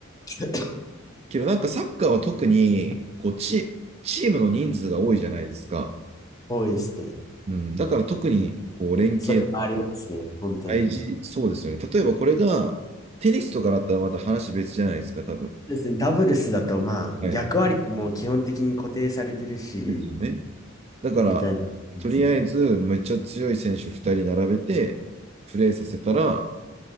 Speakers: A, on the left (about 15°); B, on the right (about 30°).
A: <laughs>
B: けどなんかサッカーは特にこうチ、チームの人数が多いじゃないですか。
A: <coughs> 多いですね。
B: うん。だから特にこう連携とか
A: それはありますね、本当に。
B: 大事、そうですよね。例えばこれが、テニスとかだったらまた話別じゃないですか、多分。
A: ですね、ダブルスだとまあ役割も基本的に固定されてるし、
B: はい。ですよね。だから、
A: みたいなことですね。
B: とりあえず、めっちゃ強い選手2人並べて、プレーさせたら、